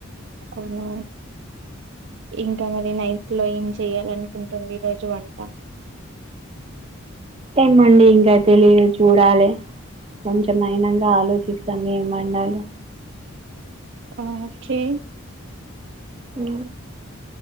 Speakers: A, on the right; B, on the right.
A: అవునా ఇంకా మరి నైట్లో ఏం చెయాలనుకుంటుంది ఈ రోజు వంటా.
B: ఏమండి ఇంకా తెలియదు చూడాలె. కొంచెం అయినంగా ఆలోచిస్తాం ఏం వండాలో.
A: ఆ ఓకే.
B: హ్